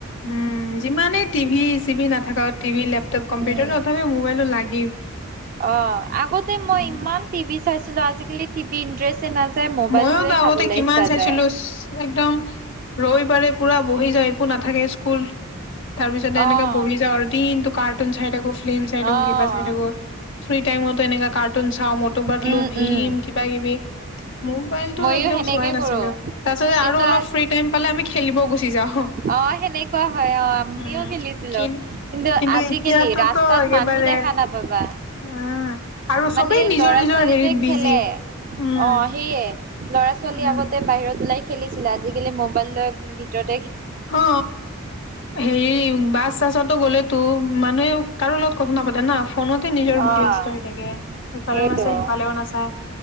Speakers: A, on the left (about 60°); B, on the right (about 40°).
A: উম যিমানে টিভি চিভি নাথাক টিভি লেপটপ কম্পিউটাৰও
B: উম
A: তথাপি মোবাইলো লাগে
B: অ আগতে মই
A: উম
B: ইমান টিভি চাইছো আজিকালি টিভি ইন্টাৰেষ্টে নাযায় মোবাইলটোয়ে
A: মইওতো
B: চাবলৈ
A: আগতে কিমান
B: ইচ্ছা
A: চাইছিলো
B: যায়
A: একদম ৰবিবাৰে পুৰা বহি যায় একো নাথাকে স্কুল তাৰ পিছতে এনেকে
B: অ',
A: বহি যাও আৰু দিনতো কাৰ্টুন চাই থাকো ফ্লিম চাই থাকো
B: অ',
A: কিবা চাই থাকো ফ্ৰী টাইমত তো এনেকা কাৰ্টুন চাও মটু পাটলু
B: উম,
A: ভীম
B: উম,
A: কিবা কিবি ম মবাইল টো
B: ময়ো
A: একদম
B: সেনেকে
A: চোৱাই নাছিলো
B: কৰো
A: তাৰ পাছতে
B: কিন্তু
A: আৰু অলপ
B: আজ
A: ফ্ৰী টাইম পালে আমি খেলিব গুচি যাওঁ
B: অ সেনেকুৱা হয় অ আমিও
A: উম
B: খেলিছিলো
A: কিন
B: কিন্তু আজিকালি
A: এতিয়াতোতো
B: ৰাস্তাত
A: একেবাৰে
B: মানুহ দেখা খানা পাবা
A: উম আৰু
B: মানে
A: চবেই নিজৰ
B: লৰা
A: নিজৰ
B: ছোৱালীতেে
A: হেৰিত
B: খেলে
A: বিজি উম
B: অ সেয়ে ল'ৰা ছোৱালী
A: উম
B: আগতে বাহিৰত ওলাই খেলিছিলে আজিকালি মোবাইল লৈ ভিতৰত
A: অ হেৰি বাছ চাছতো গ'লেতো মান মানুহে কাৰো লগত কথা নাতে না ফোনতে নিজৰ
B: অ',
A: ব্যস্ত হৈ থাকে সফালেও
B: সেইটো।
A: নাচায় সিফালেও নাচায়